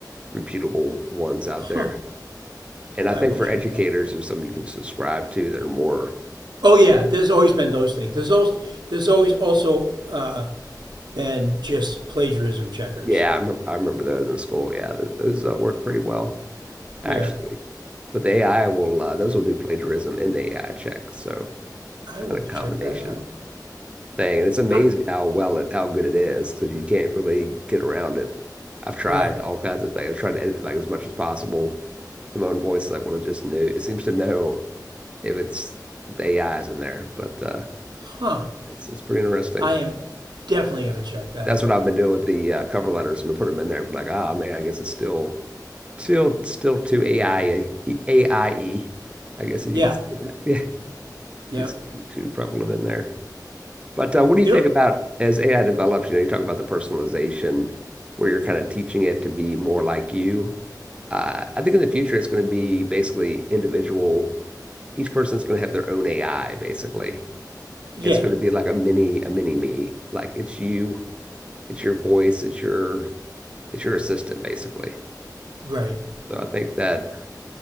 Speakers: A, on the right (about 15°); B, on the right (about 80°).
A: reputable ones out
B: Huh?
A: there. And I
B: I
A: think
B: will
A: for
B: check
A: educators,
B: that.
A: there's some you can subscribe to that are more
B: Oh yeah, there's always been those things. There's always there's always also uh, been just plagiarism checkers.
A: Yeah, I remember, I remember those in school. Yeah, th- those uh, work pretty well,
B: Yeah,
A: actually. But the AI will, uh, those will do plagiarism in the AI check. So
B: I
A: kind
B: will
A: of combination
B: check that out.
A: thing. And it's amazing
B: I,
A: how well it, how good it is because you can't really get around it. I've tried
B: right?
A: all kinds of things. I've tried to edit like as much as possible in my own voice. Is Like, well, it just knew, it seems to know if it's the AI is in there. But uh,
B: Huh?
A: it's, it's pretty interesting.
B: I am definitely gonna check that
A: That's
B: out.
A: what I've been doing with the uh, cover letters. I'm gonna put them in there. Like, ah, man, I guess it's still still still too AI AIE, I E, I guess if
B: Yeah,
A: you can say that. <laughs> Yeah,
B: yeah.
A: it's too too prevalent in there. But uh, what do
B: You
A: you think
B: know,
A: about as AI develops? You know, you talk about the personalization where you're kind of teaching it to be more like you. Uh, I think in the future it's going to be basically individual. Each person's going to have their own AI, basically.
B: yeah.
A: It's going to be like a mini a mini me. Like it's you, it's your voice, it's your it's your assistant, basically.
B: Right.
A: So I think that